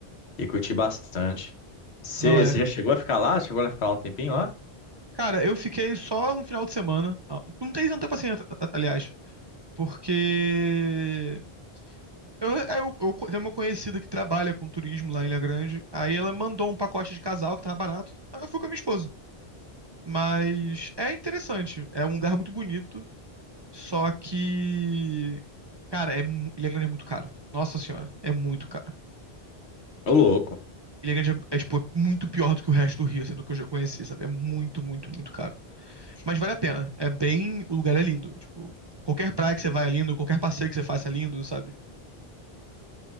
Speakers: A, on the left; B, on the right.
A: e curtir bastante. Você
B: Não é.
A: você já chegou a ficar lá? Chegou a ficar lá um tempinho lá?
B: Cara, eu fiquei só um final de semana. Ah, Não tem tanta paciência, a- aliás. Porque. Eu, é, eu, eu co- tenho uma conhecida que trabalha com turismo lá em Ilha Grande. Aí ela mandou um pacote de casal que tava barato. Aí eu fui com a minha esposa. Mas é interessante. É um lugar muito bonito. Só que. Cara, é, mu- Ilha Grande é muito caro. Nossa senhora, é muito caro.
A: Ô, louco.
B: Ilhagante é, é, tipo, muito pior do que o resto do Rio, assim, do que eu já conheci, sabe? É muito, muito, muito caro. Mas vale a pena. É bem. O lugar é lindo. Tipo, qualquer praia que você vai é lindo, qualquer passeio que você faça é lindo, sabe?